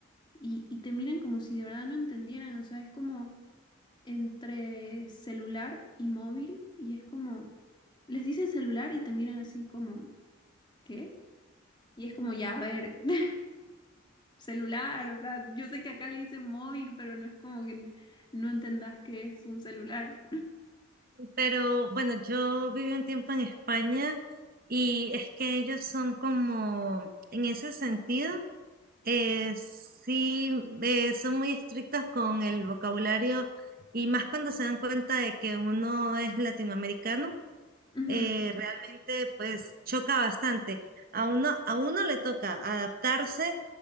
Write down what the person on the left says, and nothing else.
y, y te miran como si de verdad no entendieran, o sea, es como entre celular y móvil, y es como, les dices celular y te miran así como, ¿qué? Y es como, ya, a ver. <laughs> celular, o sea, yo sé que acá le dicen móvil, pero no es como que no entendás que es un celular.
Ujú.